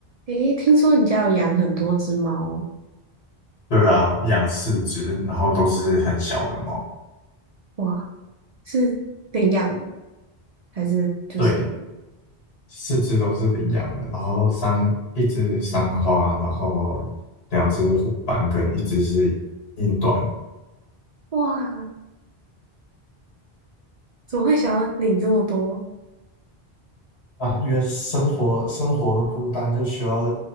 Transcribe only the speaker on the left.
对啊，养四只，然后都是很小的猫，
对，四只都是领养的，然后三一只三花，然后两只虎斑跟一只是英短，
啊，因为生活生活孤单，就需要